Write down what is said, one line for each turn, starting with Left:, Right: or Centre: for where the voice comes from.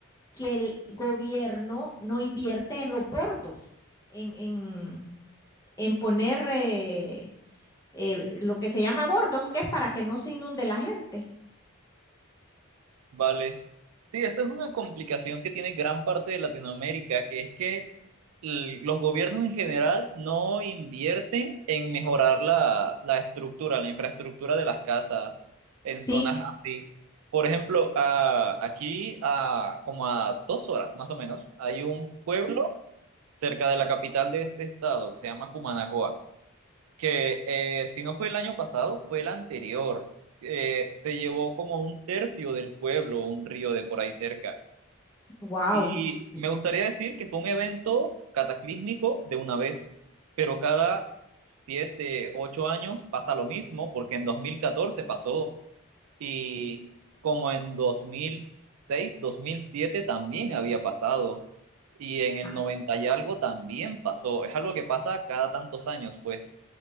Left: que el gobierno no invierte en los bordos, en, en, en poner eh, eh, lo que se llama bordos, que es para que no se inunde la gente.
Right: Vale. Sí, esa es una complicación que tiene gran parte de Latinoamérica, que es que l- los gobiernos en general no invierten en mejorar la, la estructura, la infraestructura de las casas en zonas
Left: Sí.
Right: así. Por ejemplo, a- aquí a como a dos horas más o menos, hay un pueblo cerca de la capital de este estado, se llama Cumanacoa que eh, si no fue el año pasado, fue el anterior. Eh, se llevó como un tercio del pueblo, un río de por ahí cerca.
Left: Wow.
Right: Y
Left: Sí.
Right: me gustaría decir que fue un evento cataclísmico de una vez, pero cada siete, ocho años pasa lo mismo, porque en 2014 pasó y como en dos dos mil seis dos mil siete también había pasado. Y en el
Left: Ah,
Right: 90 y algo también pasó. Es algo que pasa cada tantos años, pues.